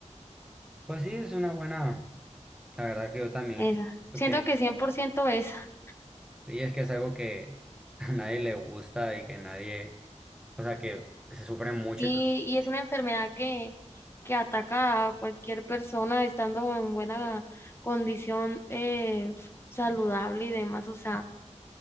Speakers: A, in the centre; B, on the left.
A: Pues sí, es una buena. La verdad que yo también
B: Esa.
A: siento
B: Siento
A: que
B: que 100% esa.
A: sí, es que es algo que <laughs> a nadie le gusta y que nadie, o sea, que se sufre mucho.
B: Sí,
A: entonces,
B: y es una enfermedad que, que ataca a cualquier persona estando en buena condición eh, saludable y demás. O sea,